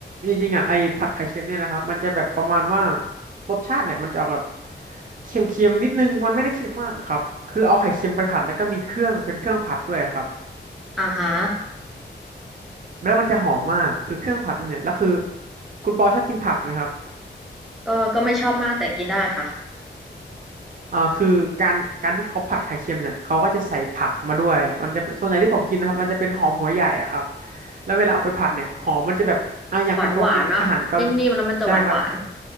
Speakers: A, on the right; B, in the centre.
A: จริงๆอ่ะไอ้ผัดไข่เค็มเนี่ยนะครับมันจะแบบประมาณว่ารสชาติเนี่ยมันจะออกแบบเค็มๆนิดนึงมันไม่ได้เค็มมากอะครับคือเอาไข่เค็มไปผัดแล้วก็มีเครื่องเป็นเครื่องผัดด้วยครับ
B: อ่าฮะ
A: แล้วมันจะหอมมากคือเครื่องผัดมันเนี่ยแล้วคือคุณปอชอบกินผักไหมครับ
B: ก็ก็ไม่ชอบมากแต่กินได้ค่ะ
A: อ่าคือการการที่เขาผัดไข่เค็มเนี่ยเขาก็จะใส่ผักมาด้วยมันจะเป็นส่วนใหญ่ที่ผมกินนะครับมันจะเป็นหอมหัวใหญ่อะครับแล้วเวลาเอาไปผัดเนี่ยหอมมันจะแบบอ่าอย่างคุณปอกินอาหารเกาหลี
B: หวานหวานเนาะนิ่มๆแล้วมันจะหวานหวาน
A: ใช่ครับ